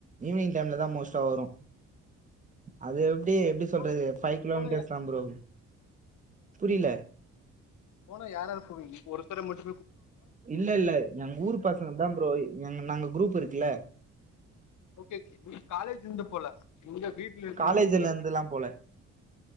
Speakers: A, on the right (about 25°); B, on the left (about 75°).
A: ஈவ்னிங் டைம்ல தா மோஸ்ட்டா
B: ஓகே ஓகே
A: வரும். அது ப்டி எப்டி சொல்றது
B: போன
A: ஃபைவ் கிலோமீட்டர்ஸ்
B: போன
A: தா ப்ரோ புரில
B: போனா யாரார் போவிங்க‌ ஒருத்தர மட்டு
A: இல்ல இல்ல எங்க ஊரு பசங்க தா ப்ரோ எ நாங்க க்ரூப்பிருக்குல
B: ஓக்கே ஜி காலேஜ்லிந்து போல இவுங்க வீட்லருந்து
A: காலேஜ்ல
B: அப்ப பொயிற்க்கீங்க
A: இருந்துலா போல